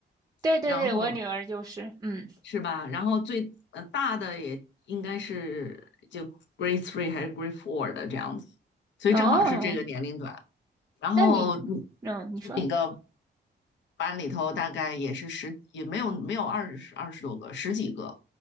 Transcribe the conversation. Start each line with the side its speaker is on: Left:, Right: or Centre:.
Right: 对对对，
Left: 然后
Right: 我女儿就是，嗯，
Left: 是吧？然后最呃大的也应该是就 grade three 还是 grade four 的这样子，所以正好是这个年龄段。
Right: 哦。
Left: 然后
Right: 那你，嗯，你说，
Left: 那个班里头大概也是十，也没有没有二十二十多个，十几个，